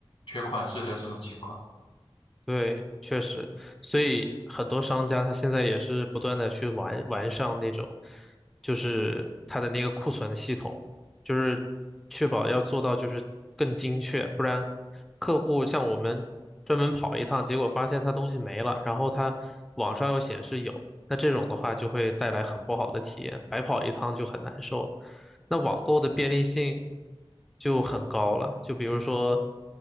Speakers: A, on the left (about 80°); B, in the centre.
A: 缺款式的这种情况。
B: 对，确实，所以很多商家他现在也是不断的去完完善那种，就是他的那个库存系统，就是确保要做到就是更精确，不然客户像我们专门跑一趟，结果发现他东西没了，然后他网上又显示有，那这种的话就会带来很不好的体验，白跑一趟就很难受了。那网购的便利性就很高了。就比如说，